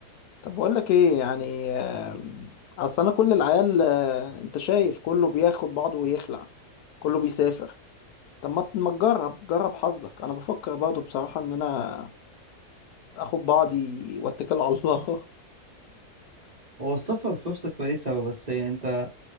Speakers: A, on the left (about 75°); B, on the right (about 35°).
A: طب بقول لك ايه يعني آم، اصل انا كل العيال آه، انت شايف كله بياخد بعضه ويخلع كله بيسافر طب ما ما تجرب جرب حظك انا بفكر برضه بصراحه ان انا اخد بعضي واتكل على الله
B: هو السفر فرصة كويسة بس انت